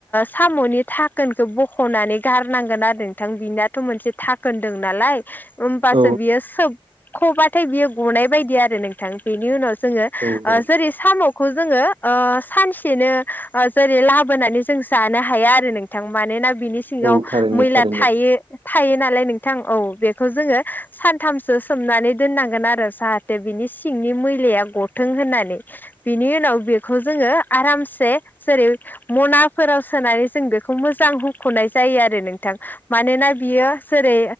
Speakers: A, on the left; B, on the right.
A: साम'नि थाखोनखौ बख'नानै गारनांगोन आरो नोंथां बिनाथ' मोनसे थाखोन दं नालाय होमबासो
B: औ
A: बियो सोब सोबख'बाथाय बियो गनाय बायदि आरो नोंथां बेनि उनाव जोङो
B: औ औ
A: जेरै साम'खौ जोङो सानसेनो जेरै लाबोनानै जों जानो हाया आरो नों नोंथां मानोना बिनि सिङाव
B: औ थारैनो
A: मैला
B: थारैनो
A: थायो। थायो नालाय नोंथां औ बेखौ जोङो सानथामसो सोमनानै दोननांगोन आरो जा बिनि सिंनि मैलाया गथों होननानै बिनि उनाव बेखौ जोङो आरामसे जेरै मनाफोराव सोनानै जों बेखौ मोजां हुख'नाय जायो आरो नोंथां मानोना बियो जेरै